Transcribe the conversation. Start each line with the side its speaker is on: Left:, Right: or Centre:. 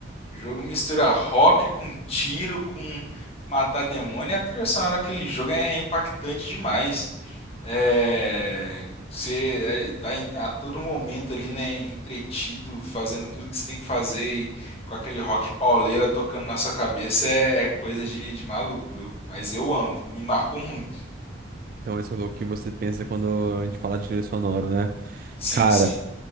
Left: O jogo mistura rock com tiro, com matar demônio, e a trilha sonora daquele jogo é impactante demais. É, você é, tá a todo momento ali, né, entretido, fazendo tudo que você tem que fazer e com aquele rock pauleira tocando na sua cabeça é, é coisa de, de maluco, viu? Mas eu amo, me marcou muito.
Right: então esse é o jogo que você pensa quando a gente fala de trilha sonora, né?
Left: Sim,
Right: Cara,
Left: sim.